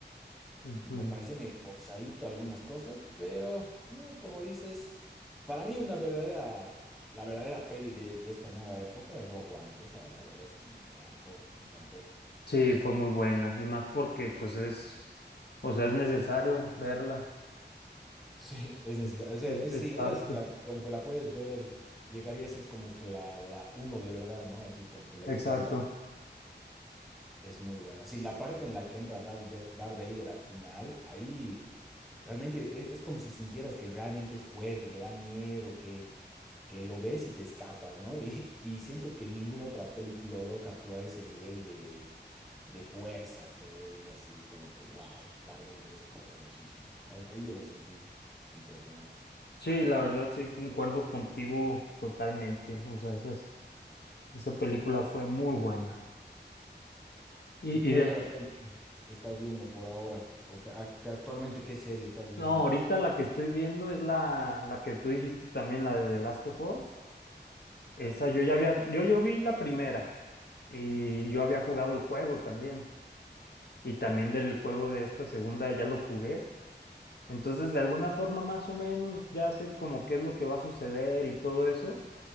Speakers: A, on the left (about 60°); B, in the centre.
A: ujú.
B: me parecía medio forzadito algunas cosas, pero eh, como dices, para mí una verdadera, la verdadera peli de, de esta nueva época es Rogue One. Esa la verdad es que me encantó, me encantó. <laughs>
A: Sí, fue muy buena. Y más porque pues es, o sea, es necesario verla.
B: Sí, es necesario.
A: Es,
B: O sea,
A: es,
B: es,
A: es
B: sí,
A: parte.
B: esa es la, como que la puedes ver, llegaría a ser como que la, la uno de verdad, ¿no? Así como que la historia.
A: Exacto.
B: Es muy buena. Sí, la parte en la que entra Darth Ve- Darth Vader al final, ahí realmente es, es como si sintieras que realmente es fuerte, que da miedo, que, que lo ves y te escapas, ¿no? <laughs> Y, y siento que ninguna otra peli logró capturar ese nivel de, de fuerza, te diría así como que, wow, Darth Vader es poderosísimo. Ahí ahí yo lo sentí impresionante.
A: Sí, la verdad sí, concuerdo contigo totalmente. O sea, esas, esa película fue muy buena. Y,
B: ¿Y qué
A: y de,
B: otra peli estás viendo por ahora? ¿O que- a- que actualmente qué serie estás viendo?
A: No, ahorita la que estoy viendo es la, la que tú dijiste también, la de The Last of Us. Esa yo ya había, yo, yo vi la primera y yo había jugado el juego también. Y también del juego de esta segunda ya lo jugué. Entonces, de alguna forma más o menos ya sé como qué es lo que va a suceder y todo eso.